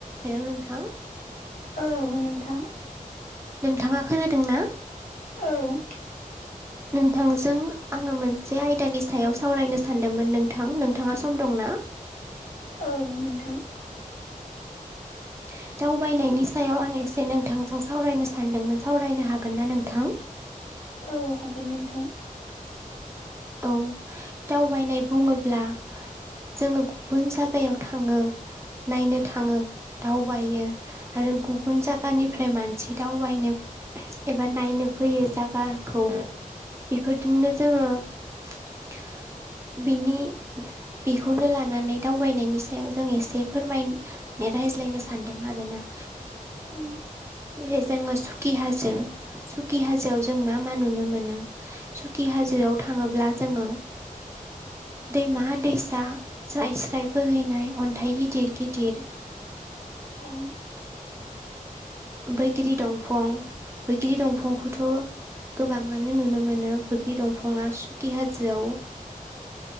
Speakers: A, on the right; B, on the left.
A: हेल' नोंथां।
B: औ नोंथां।
A: नोंथाङा खोनादोंना?
B: औ।
A: नोंथांजों आङो मोनसे आयदानि सायाव सावरायनो सानदोंमोन नोंथां नोंथाङा सम दंना? <inaudible>
B: औ नोंथां।
A: <inaudible> दावबायनायनि सायाव आं एसे नोंथांजों सावरायनो सानदोंमोन सावरायनो हागोन ना नोंथां?
B: औ हागोन नोंथां।
A: औ दावबायनाय बुङोब्ला जोङो गुबुन जायागायाव थाङो। नायनो थाङो दावबायो आरो गुबुन जायगानिफ्राय मानसि दावबायनो एबा नायनो फैयो जागाखौ बेफोरजोंनो जोङो। <inaudible> बिनि बेखौनो लानानै दावबायनायनि सायाव जों एसे फोरमाय राय ज्लायनो सानदों आरोना
B: औ
A: जेरै जोङो सुकि हाजो सुकि हाजोआव जों मा मा नुनो मोनो? सुकि हाजोआव थाङोब्ला जोङो दैमा दैसा स्राय स्राय बोहैनाय अन्थाइ गिदिर गिदिर <inaudible>
B: औ
A: बैग्रि दंफं बैग्रि दंफंखौथ' गोबाङानो नुनो मोनो बैग्रि दंफंङा सुखि हाजोआव